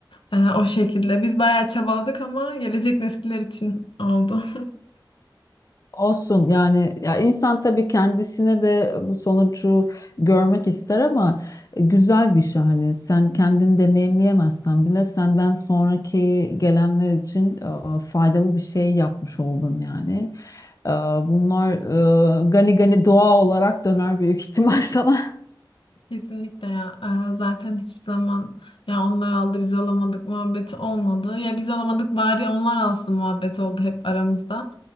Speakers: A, on the left; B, on the left.
A: E, o şekilde. Biz bayağı çabaladık ama gelecek nesiller için oldu. <laughs>
B: Olsun yani ya insan tabii kendisine de bu sonucu görmek ister ama e, güzel bir şey hani sen kendini deneyimleyemezsen bile senden sonraki gelenler için e, faydalı bir şey yapmış oldun yani. E, bunlar e, gani gani doğa olarak döner büyük ihtimal sana. <laughs>
A: Kesinlikle ya. Ee, zaten hiçbir zaman ya onlar aldı biz alamadık muhabbeti olmadı. Ya biz alamadık bari onlar alsın muhabbet oldu hep aramızda.